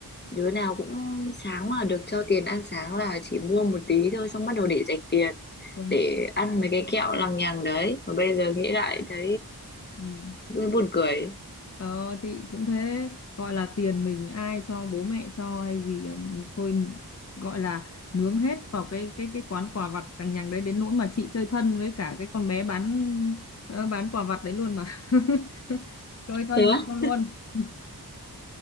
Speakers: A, on the left (about 25°); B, on the left (about 40°).
A: đứa nào cũng sáng mà được cho tiền ăn sáng là chỉ mua một tí thôi xong bắt đầu để dành tiền
B: công
A: để ăn mấy cái kẹo lằng nhằng đấy mà bây giờ nghĩ lại thấy
B: ừ.
A: buồn cười
B: Ờ thì cũng thế, gọi là tiền mình ai cho bố mẹ cho hay gì ờ, thôi gọi là nướng hết vào cái cái cái quán quà vặt cằng nhằng đấy đến nỗi mà chị chơi thân với cả cái con bé bán ờ, bán quà vặt đấy luôn mà. <laughs> Chơi thân
A: thế á
B: với nhau luôn. <laughs>